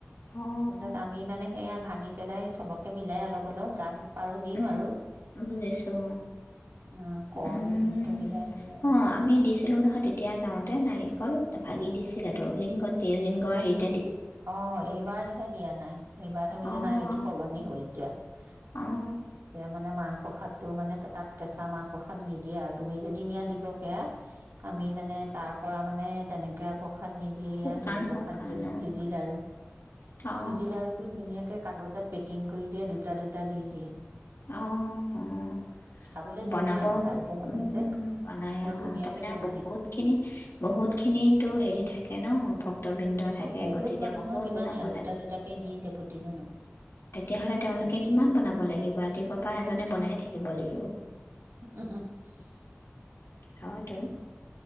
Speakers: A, on the left; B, on the right.
A: অঁ
B: পিছত আমি মানে সেয়া ভাঙি পেলাই <unintelligible> বিলাই অলপ অলপ <unintelligible>
A: উম
B: আৰু
A: বুজিছো
B: অ কল
A: উম,
B: এনেকে
A: উম
B: বিলাই দিওঁ আৰু
A: অহ আমি দিছিলো নহয় তেতিয়া যাওঁতে নাৰিকল। ভাঙি দিছিলটো লিংগত তিৰ লিংগৰ হেৰি
B: অহ এইবাৰহে দিয়া নাই, এইবাৰহে বোলে
A: অঁ
B: নাই এইটো সলনি হ'ল এতিয়া। এতিয়া
A: অঁ
B: মানে মাহ প্ৰসাদটো মানে তাত কেঁচা মাহ প্ৰসাদ নিদিয়ে আৰু তুমি যদি নিয়া দিব সেয়া। আমি মানে তাৰ পৰা মানে নে তেনেকে আৰু পৰখাদ। প্ৰসাদ নিদিয়েয়া
A: শুকান
B: হেৰি প্ৰসাদ
A: শুকান
B: দিয়ে। চুজি লাৰু
A: অঁ অঁ
B: চুজি লাৰু টো ধুনীয়াকে কাগজ ত পেকিং কৰি দিয়ে দুটা দুটা দি দিয়ে।
A: অ', অ।
B: খাবলৈ ধুনীয়া
A: বনাব
B: ভালকে বনাইছে
A: উম বনাই
B: বৰ
A: অ
B: ধুনীয়াকে
A: তাৰমানে
B: বনাই
A: বহুত খিনি বহুত খিনিটো হেৰি থাকে ন ভ বিন্দ থাকে
B: অ বহুত
A: গতিকে
B: মানুহ
A: বহুত
B: নহয় কিমান
A: বনাব
B: দুটা
A: লাগে
B: দুটাকে দিছে প্ৰতিজনক
A: তেতিয়াহলে তেওঁলোকে
B: তেনেকে
A: কিমান বনাব লাগিব ৰাতিপুৱা পৰা এজনে বনাই থাকিব লাগিব।
B: উমহ্, উমহ্।
A: হয়তো।